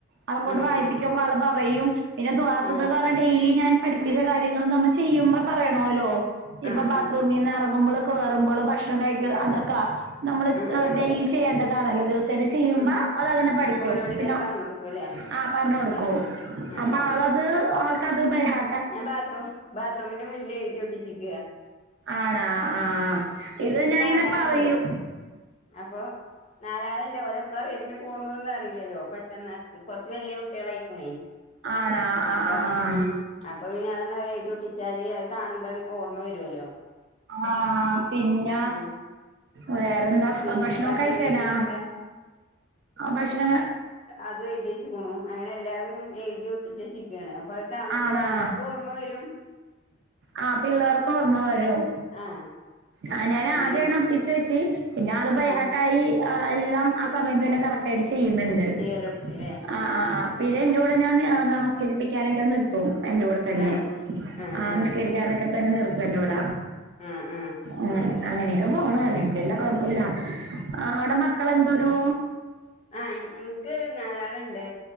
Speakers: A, on the right; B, on the left.
A: അതക്കോണ്ട്
B: ആ
A: വായിപ്പക്ക
B: ആ
A: ആള് പറയും പിന്നെ ദുആസ
B: ആ
A: പ്പ ഡെയ് ലി ഞാൻ പഠപ്പിച്ച കാര്യങ്ങൾ നമ്മ ചെയ്യുമ്പോ പറയണല്ലോ ഇപ്പൊ
B: ആ
A: ബാത്റൂമീന്ന്
B: ആ
A: ഇറുമ്പോളും കേറുമ്പളും ഭക്ഷണം കഴി അതൊക്ക നമ്മള്
B: ആ ആ
A: ഡെയ് ലി ചെയ്യേണ്ടതാണല്ലോ ജസ് ര് ചെയ്യുമ്പ
B: ഉം
A: അതങ്ങനെ പഠിക്കും
B: അപ്പൊ ഓനോട് ഇങ്ങനെ
A: പിന്നെ
B: പറഞ്ഞ് കൊടുക്കും അല്ലേ
A: ആ പറഞ്ഞ് കൊടുക്കും
B: ആ
A: അപ്പൊ
B: ആ
A: ആളത് ആൾക്കത് ബയ്ഹാ
B: ഞാൻ ബാത്റൂം ബാത്റൂിന്റെ മുന്നിൽ എഴുതി ഒട്ടിച്ചേക്കുക
A: ആണാ ആഹ ഇത്
B: എനിക്ക്
A: ഞാൻ
B: നാലാളുണ്ടേ
A: ഇങ്ങനെ പറയും
B: അപ്പൊ നാലാളുണ്ടേ ഓലെ എപ്പളാ വെരിക പോണന്നന്ന് അറിയില്ലല്ലോ പെട്ടെന്ന് കൊറച്ച് വല്യ കുട്ടികളായിക്കുണേ
A: ആണാ ആ
B: അപ്പൊ
A: ആ ആ
B: ഉം അപ്പൊ പിന്നെ അതങ്ങ് എഴുതി ഒട്ടിച്ചാല് അത് കാണുമ്പോ ഓർമ്മ വരുവല്ലോ
A: ആഹ പിന്ന
B: ഉം
A: വേറെന്താ
B: പിന്നെ
A: ഭക്ഷണൊക്കെ
B: ഭക്ഷണം
A: കഴിച്ചേനാ
B: കഴിക്കണ അവിടെ
A: ഭക്ഷണ
B: അത് എയ്തിച്ച്ക്ണു അങ്ങനെ എല്ലാവരും എഴുതി ഒട്ടിച്ചേച്ച് ക്കാണ് അപ്പൊ അത് കാണുമ്പോ
A: ആണാ
B: ഞമ്മക്ക് ഓർമ്മ വരും
A: ആ പിള്ളേർക്കും ഓർമ്മ വരും
B: ആഹ്
A: ആ ഞാൻ
B: അങ്ങനെ
A: ആദ്യന ഒട്ടിച്ച് വെച്ച് പിന്നെ ആള് ബയ്ഹാർട്ടായി
B: ഉം
A: എല്ലാം ആ സമയത്ത് തന്നെ കറക്റ്റ് ആയിട്ട് ചെയ്യുന്നുണ്ട്
B: ശീലടുത്തില്ലേ
A: ണ്ട് ആ
B: ആഹ്
A: ആ ആ പിന്നെ എന്റെ കൂടെ ഞാൻ നമസ്കരിപ്പിക്കാനൊക്കെ നിർത്തും എന്റെ കൂടെ തന്നെ
B: ആഹ് ആഹ്
A: ആ
B: ആഹ്
A: നൊക്കെ തന്നെ നിർത്തുന്റെ കൂട
B: ഉം ഉം
A: ഉം അങ്ങനെയൊക്ക പോണ് അല്ലേല്ലാം കൊഴപ്പമില്ല അവിടെ മക്കള എന്തോരു
B: ആഹ എനക്ക് നാലാളുണ്ട്